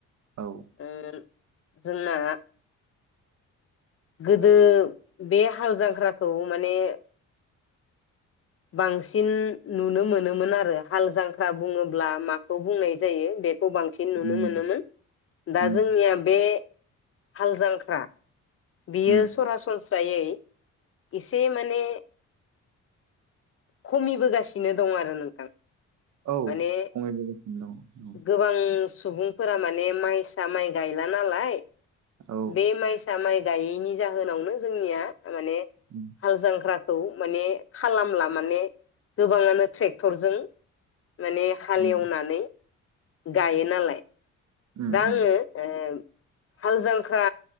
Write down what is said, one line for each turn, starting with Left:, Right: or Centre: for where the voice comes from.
Right: औ
Left: ओ जोंना गोदो बे हाल जांख्राखौ माने बांसिन नुनो मोनोमोन आरो हाल जांख्रा बुङोब्ला माखौ बुंनाय जायो बे खौ बांसिन नुनो
Right: उम
Left: मोनोमोन दा
Right: उम
Left: जोंनिया बे हाल जांख्रा बियो
Right: उम
Left: सरासरनस्रा सनस्रायै एसे माने खमिबोगासिनो दं आरो नोंथां
Right: औ
Left: माने
Right: खमायबोगासिनो दङ
Left: गोबां सुबुं फोर माने माइसा माइ गायला नालाय
Right: औ औ
Left: बे मायसा माय दायैनि जाहोनावनो जोंनिया माने
Right: उम
Left: हाल जांख्रा खौ माने खालामला माने गोबाङानो ट्रेक्टरजों माने हालेवनानै
Right: उम
Left: गायो नालाय।
Right: उम
Left: दा आङो
Right: उम
Left: ओ हाल जांख्रा